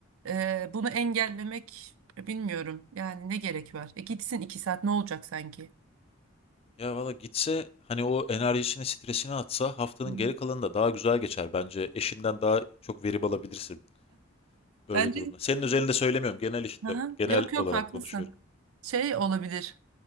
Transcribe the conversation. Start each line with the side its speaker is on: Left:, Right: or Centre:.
Right: e, bunu engellemek bilmiyorum. Yani ne gerek var? E, gitsin iki saat ne olacak sanki?
Left: Ya valla gitse hani o enerjisini, stresini atsa haftanın
Right: Evet.
Left: geri kalanı da daha güzel geçer bence. Eşinden daha çok verim alabilirsin böyle
Right: Bence
Left: durumda. Senin özelinde söylemiyorum. Genel işte
Right: Aha,
Left: genel
Right: yok yok
Left: olarak
Right: haklısın.
Left: konuşuyorum.
Right: Şey olabilir.